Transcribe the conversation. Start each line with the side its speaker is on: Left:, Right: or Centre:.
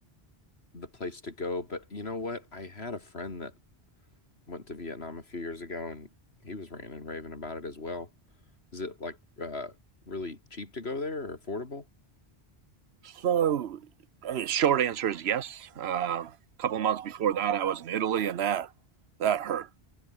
Left: the place to go, but you know what? I had a friend that went to Vietnam a few years ago and he was ranting and raving about it as well. Is it like uh really cheap to go there or affordable?
Right: so, I mean, short answer is yes. Uh, a couple of months before that, I was in Italy, and that that hurt.